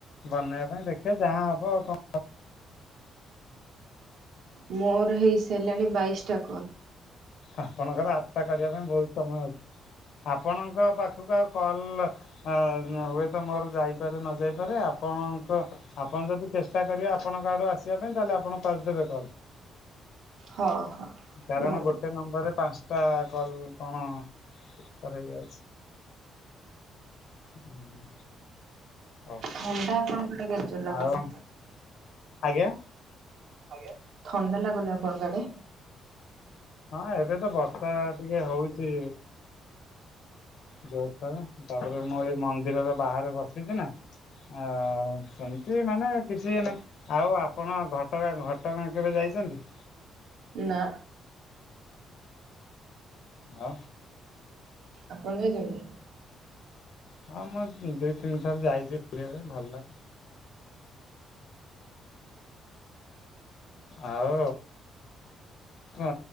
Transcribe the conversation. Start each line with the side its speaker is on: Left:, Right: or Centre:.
Left: ବନେଇଆ ପାଇଁ ଦେଖେ ଯାହା ହବ ଆଉ, କଣ
Right: ମୋର ହେଇସାରିଲାଣି ବାଇଶଟା କଲ୍।
Left: ଆପଣଙ୍କର ଆଠଟା କରିଆ ପାଇଁ ବହୁତ ସମୟ ଅଛି। ଆପଣଙ୍କ ପାଖକୁ ଆଉ କଲ୍ ଆ ହୁଏତ ମୋର ଯାଇପାରେ ନ ଯାଇପାରେ, ଆପଣଙ୍କ ଆପଣ ଯଦି ଚେଷ୍ଟା କରିବେ ଆପଣଙ୍କ ଆଡୁ ଆସିଆ ପାଇଁ, ତାହେଲେ ଆପଣ କରିଦେବେ କଲ୍।
Right: ହଁ- ହଁ।
Left: କାରଣ
Right: ନିହାତି
Left: ଗୋଟେ ନମ୍ବରରେ ପାଞ୍ଚଟା କଲ୍ କଣ କରାଯାଉଛି। ଉଁ ହଉ।
Right: ଥଣ୍ଡା ଆପଣଙ୍କୁ କେଡ଼େ ଜୋରେ ଲାଗୁଛି?
Left: ଆଉ ଆଜ୍ଞା
Right: ଆଜ୍ଞା ଥଣ୍ଡା ଲାଗୁନି ଆପଣଙ୍କ ଆଡେ?
Left: ହଁ ଏବେ ତ ବର୍ଷା ଟିକେ ହଉଚି ଯୋଉ, <unintelligible> ତାପରେ ମୁଁ ଏଇ ମନ୍ଦିରର ବାହାରେ ବସିଛି ନା। ଆ ସେମିତି ମାନେ କିଛି ଇଏ ନାଇଁ, ଆଉ ଆପଣ ଘଟଗାଁ ଘ ଘଟ ଗାଁ କେବେ ଯାଇଛନ୍ତି?
Right: ନା।
Left: ହଁ।
Right: ଆପଣ ଯାଇଚନ୍ତି?
Left: ହଁ ମୁଁ ଦୁଇ ତିନି ଥର ଯାଇଛି ବୁଲିଆ ପାଇଁ, ଭଲ ଆଉ ଅ